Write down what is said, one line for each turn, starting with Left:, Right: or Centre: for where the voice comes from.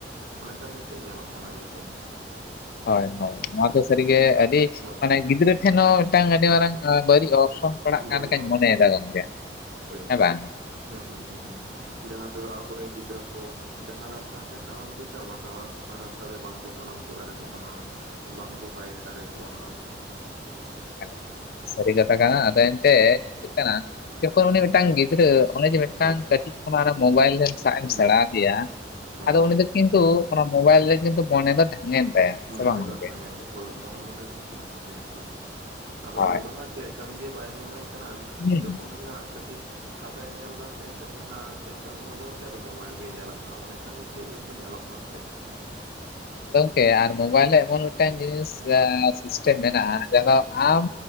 Right: ᱚᱱᱮ ᱠᱟᱱ ᱢᱤᱫᱴᱮᱡ ᱧᱮᱞᱚᱜ ᱠᱟᱱᱟ ᱤᱭᱟᱹ ᱠᱚ᱾
Left: ᱦᱚᱭ ᱦᱚᱭ ᱱᱚᱣᱟ ᱫᱚ ᱥᱟᱹᱨᱤ ᱜᱮ ᱟᱹᱰᱤ
Right: ᱦᱳᱭ
Left: ᱢᱟᱱᱮ ᱜᱤᱫᱽᱨᱟᱹ ᱴᱷᱮᱱ ᱦᱚᱸ ᱢᱤᱫᱴᱟᱝ ᱟᱹᱰᱤ ᱢᱟᱨᱟᱝ ᱟᱸ
Right: ᱢᱤᱫᱴᱮᱡ
Left: ᱵᱟᱹᱲᱤᱡ ᱚᱨᱥᱚᱝ ᱯᱟᱲᱟᱜ ᱠᱟᱱ
Right: ᱵᱟᱹᱲᱤᱡ
Left: ᱞᱮᱠᱟᱧ
Right: ᱚᱨᱥᱚᱝ
Left: ᱢᱚᱱᱮᱭ ᱫᱟ ᱜᱚᱝᱠᱮ
Right: ᱦᱳᱭ
Left: ᱦᱮᱸ ᱵᱟᱝ?
Right: ᱦᱩᱸ ᱦᱩᱸ ᱦᱩᱸ ᱦᱩᱸ, ᱡᱟᱦᱟᱸ ᱛᱮᱫᱚ ᱟᱵᱚ ᱨᱮᱱ ᱜᱤᱫᱽᱨᱟᱹ ᱠᱚ ᱡᱟᱦᱟᱸ ᱨᱟᱥᱛᱟ ᱛᱮ ᱛᱟᱲᱟᱢ ᱚᱪᱚ ᱥᱮ ᱚᱱᱟ ᱛᱟᱲᱟᱢ ᱨᱟᱥᱛᱟ ᱨᱮ ᱵᱟᱝ ᱵᱚ ᱛᱟᱲᱟᱢ ᱚᱪᱚ ᱫᱟᱲᱮᱣᱟ ᱠᱚ ᱠᱟᱱᱟ᱾ ᱵᱟᱝ ᱵᱚ ᱜᱟᱭᱤᱰ ᱫᱟᱨᱮᱣ ᱠᱚ ᱠᱟᱱᱟ᱾
Left: ᱮᱠᱟᱞ ᱥᱟᱹᱨᱤ ᱠᱟᱛᱷᱟ ᱠᱟᱱᱟ ᱟᱫᱚ ᱮᱱᱛᱮᱫ ᱪᱤᱜᱠᱟ ᱠᱟᱱᱟ ᱡᱚᱠᱷᱚᱱ ᱩᱱᱤ ᱢᱤᱫᱴᱟᱝ ᱜᱤᱫᱽᱨᱟᱹ ᱚᱱᱮ ᱡᱮ ᱢᱤᱫᱴᱟᱝ
Right: ᱦᱳᱭ
Left: ᱠᱟᱹᱴᱤᱡ ᱠᱷᱚᱱᱟᱜ ᱟᱨᱚ ᱢᱳᱵᱟᱭᱤᱞ ᱞᱮ ᱥᱟᱵ ᱮᱢ ᱥᱮᱬᱟᱣ
Right: ᱢᱚ
Left: ᱟᱫᱮᱭᱟ
Right: ᱦᱳᱭ
Left: ᱟᱫᱚ ᱩᱱᱤ ᱫᱚ ᱠᱤᱱᱛᱩ ᱚᱱᱟ ᱢᱳᱵᱟᱭᱤᱞ ᱨᱮ ᱠᱤᱱᱛᱩ ᱢᱚᱱᱮ ᱫᱚ ᱛᱟᱦᱮᱸ ᱮᱱ ᱛᱟᱭᱟ᱾ ᱥᱮ
Right: ᱢᱚᱱᱮ
Left: ᱵᱟᱝ ᱜᱚᱝᱠᱮ
Right: ᱫᱚ ᱰᱷᱟᱝ ᱮᱱ ᱛᱟᱭᱟ ᱦᱳᱭ ᱢᱚᱱᱮ ᱢᱚᱱᱮ ᱨᱮᱜᱮ ᱰᱷᱟᱝ ᱮᱱ ᱛᱟᱭᱟ ᱮᱠᱫᱚᱢ ᱟᱫᱚ
Left: ᱦᱳᱭ
Right: ᱩᱱᱤ ᱫᱚ ᱦᱟᱸᱜ ᱪᱮᱫ ᱠᱟᱹᱢᱤ ᱜᱮ ᱵᱟᱭ ᱢᱚᱱᱮᱭ ᱠᱟᱱᱟ
Left: ᱦᱩᱸ
Right: ᱡᱚᱠᱷᱚᱱ ᱜᱮ ᱦᱟᱸᱜ ᱠᱟᱹᱴᱤᱡ ᱯᱷᱟᱠᱟᱭ ᱧᱮᱞ ᱫᱟ ᱥᱮ ᱠᱟᱹᱴᱤᱡ ᱦᱟᱸᱜ ᱪᱮᱜ ᱠᱟᱹᱢᱤ ᱦᱚᱸ ᱵᱟᱹᱱᱩᱜ ᱛᱟᱭᱟ ᱟᱨ ᱢᱳᱵᱟᱭᱤᱞ ᱜᱮ ᱧᱮᱞᱟ ᱠᱷᱟᱱ ᱚᱱᱮ ᱠᱷᱟᱱ ᱢᱤᱫ ᱴᱤᱡ ᱡᱚᱠᱚ ᱧᱮᱞᱚᱜ ᱠᱟᱱ ᱥᱮ
Left: ᱜᱚᱢᱠᱮ ᱟᱨ ᱢᱳᱵᱟᱭᱤᱞ ᱦᱚ ᱮᱢᱚᱱ ᱢᱤᱫᱴᱟᱝ ᱡᱤᱱᱤᱥ ᱟᱸ ᱥᱤᱥᱴᱮᱢ ᱢᱮᱱᱟᱜᱼᱟ ᱡᱟᱦᱟᱸ ᱫᱚ
Right: ᱦᱳᱭ
Left: ᱟᱢ